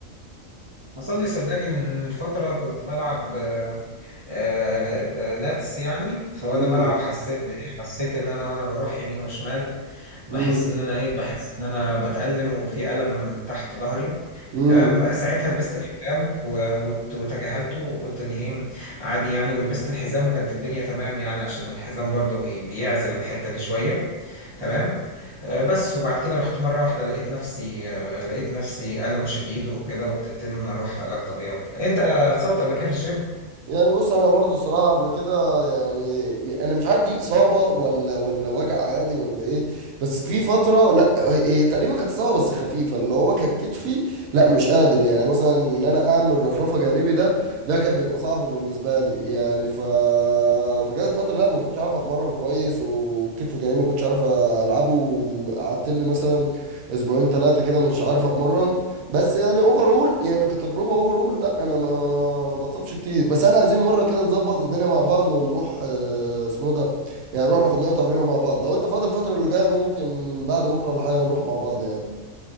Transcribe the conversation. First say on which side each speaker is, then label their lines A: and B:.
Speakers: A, on the right; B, on the right.
A: حصل لي صدقني من من فتره كنت بلعب آه، آه، آه، لاتس يعني فوانا
B: امم
A: بلعب حسيت بايه حسيت ان انا وانا بروح يمين وشمال بحس
B: امم
A: ان انا ايه بحس ان انا بتألم وفي ألم تحت ظهري
B: امم
A: تمام ساعتها لبست الحزام و- وت- وتجاهلته وقلت ان ايه عادي يعني ولبست الحزام وكانت الدنيا تمام يعني عشان الحزام برضه بي- بيعزل الحتة دي شوية تمام آه، بس وبعد كده رحت مرة واحدة لقيت نفسي آه، لقيت نفسي ألم شديد وكده وابتديت ان انا اروح علاج طبيعي وكده انت اتصبت قبل كده في الجيم
B: يعني بص انا برضو الصراحه قبل كده يعني م- انا مش عارف دي اصابه ولا ولا وجع عادي ولا ايه بس في فتره لا هي هي تقريبا كانت اصابه بس خفيفه اللي هو كان كتفي لا مش قادر يعني مثلا ان انا اعمل رفرفه جانبي ده ده كان بيبقى صعب بالنسبه لي يعني ف فجت فتره لا ما كنتش عارف اتمرن كويس وكتف جانبي ما كنتش عارف العبه وقعدت لي مثلا اسبوعين ثلاثه كده مش عارف اتمرن بس يعني اوفرول يعني كتجربه اوفرول لا انا ما ما بتصابش كتير بس احنا عايزين مره كده نظبط الدنيا مع بعض ونروح آه، اسمه إيه ده يعني نروح ناخد لنا تمرين مع بعض لو انت فاضي الفتره اللي جايه ممكن بعد بكره ولا حاجه نروح مع بعض يعني